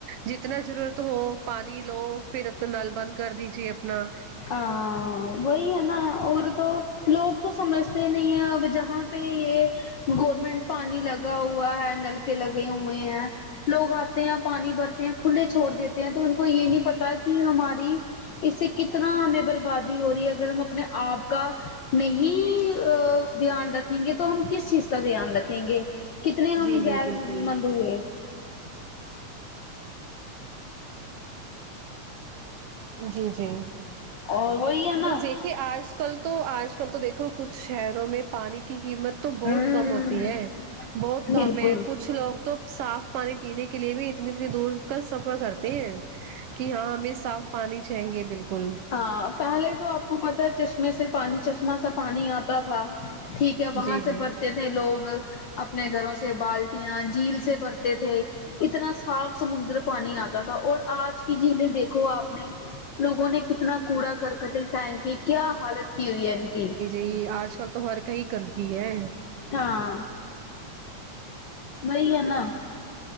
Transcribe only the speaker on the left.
ہاں وہی ہے نا اور تو لوگ تو سمجھتے نہیں ہے اب جہاں پہ یہ گورنمنٹ پانی پانی لگا ہوا ہے نلکے لگے ہوئے ہیں لوگ آتے ہیں پانی بھرتے ہیں کھلے چھوڑ دیتے ہیں تو ان کو یہ نہیں پتا کہ ہماری اس سے کتنا ہمیں بربادی ہو رہی ہے اگر ہم اپنے آپ کا نہیں دھیان رکھیں گے تو ہم کس چیز کا دھیان رکھیں گے کتنے ہم
گیس
مند ہوئے
اور وہی ہے نا
ہ
بالکل
ہاں پہلے تو آپ کو پتا ہے چشمے سے پانی چشمہ سا پانی آتا تھا ٹھیک ہے وہاں
سے
بڑتے تھے لوگ اپنے گھروں سے بالٹیاں جھیل سے بھرتے تھے اتنا صاف سمندر پانی آتا تھا اور آج کی جلیں دیکھو آپ نے لوگوں نے کتنا کوڑا کرکٹائن پھیک کی کیا حالت کی ہوئی ہے ان کی
ہاں وہی ہے نا